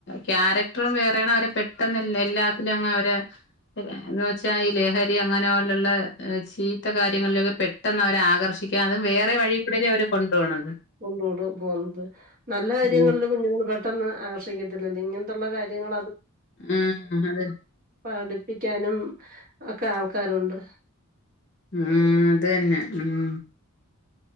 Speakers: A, on the left; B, on the right.
A: ക്യാരക്ടറും വേറേണ് അവരെ പെട്ടെന്ന് എല്ലാ എല്ലാത്തിലും അങ്ങ് അവറേ എന്ന് വെച്ചാ ഈ ലഹരി അങ്ങനെ പോലുള്ള ചീത്ത കാര്യങ്ങളിലൊക്കെ പെട്ടെന്ന് അവരാ ആകർഷി ക്കാനും അതും വേറെ വഴിക്കൂടെ അല്ലെ അവര് കൊണ്ടു പോണത്
B: കൊണ്ടോണ്ടത് പോകുന്നത് നല്ല കാര്യങ്ങളിൽ
A: ഉം
B: കുഞ്ഞുങ്ങൾ പെട്ടെന്ന് ആകർഷിക്കത്തില്ലല്ലോ ഇങ്ങൻത്തെുള്ള കാര്യങ്ങൾ അത്
A: ആഹ് അതെ
B: പഠിപ്പിക്കാനും ഒക്കെ ആൾക്കാരുണ്ട്
A: ഊം അത് തന്നെ ഊം